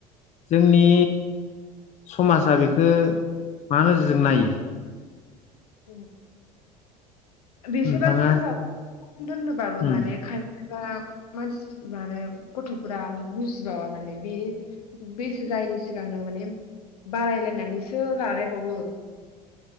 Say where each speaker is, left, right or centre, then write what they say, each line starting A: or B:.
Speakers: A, on the left; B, on the left.
A: जोंनि समाजा बेखौ मा नोजोरजों नायो
B: उम बेसेबां
A: नोंथाङा
B: होनबाव दोननोबाबो
A: उम
B: माने दा मानसि मान गथ'फोरा बुजिबावा माने बे बैसो जायैनि सिगांनो माने बारायलायनानैसो लालायबावो